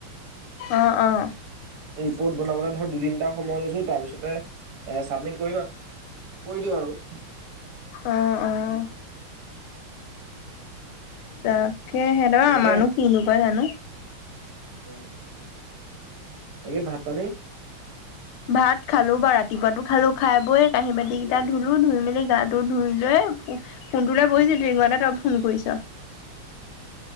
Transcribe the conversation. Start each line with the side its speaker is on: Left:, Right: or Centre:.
Left: আহ, আহ।
Right: ৰিপৰ্ট বনাবলৈ ধৰ দুটা সময় লৈছোঁ তাৰপিছতে এ চাবমিট কৰিম আৰু। কৈ দিয় আৰু।
Left: আহ, অ', ত, তে সহঁতৰ
Right: তেনেকে
Left: আমমানো কিনো পাই জানো
Right: উম। তাকে ভাত পানী
Left: ভাত খালো বা ৰাতিপুৱাাতো খালো খাই বৈ কাঁহী বাতি কেইটা ধুলো ধুই মেলি গাত টো ধুই লৈ ফো ফোনটো ল বহিছিল <unintelligible> তই ফোন কৰিছ।